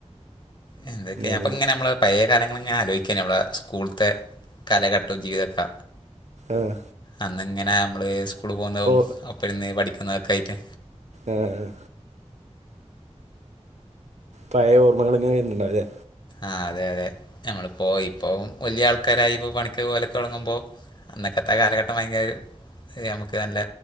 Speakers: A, on the left; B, on the right.
A: ഇതൊക്കെ
B: ഞാൻ
A: അപ്പോ ഇങ്ങനെ നമ്മള് പയേ കാലങ്ങളിങ്ങനെ ആലോചിക്കാന് ഞമ്മടെ സ്കൂളിത്തെ കാലഘട്ടവും ജീവിതൊക്കെ
B: ആഹ്
A: അന്നിങ്ങനെ നമ്മള് സ്കൂളിൽ പോകുന്നതും
B: ഓ
A: ഒപ്പമിരുന്ന് പഠിക്കുന്നതൊക്കെ ആയിട്ട്
B: ആഹ് പഴയ ഓർമ്മകൾ ഇങ്ങനെ വരുന്നുണ്ടാവും അല്ലേ
A: ആഹ് അതെ അതെ നമ്മളിപ്പോ ഇപ്പോ വല്ല്യ ആൾക്കാരായി ഇപ്പോ പണിക്കൊക്കെ പോകലൊക്കെ തൊടങ്ങുമ്പോ അന്നക്കത്താ കാലഘട്ടം ഭയങ്കര ഒരു നമുക്ക് നല്ല